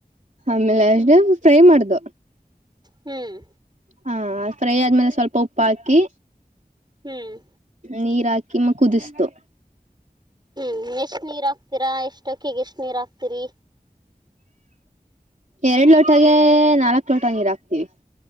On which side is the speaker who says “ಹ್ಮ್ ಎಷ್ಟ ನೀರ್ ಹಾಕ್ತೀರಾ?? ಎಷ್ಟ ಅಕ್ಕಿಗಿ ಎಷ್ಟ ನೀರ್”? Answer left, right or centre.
Right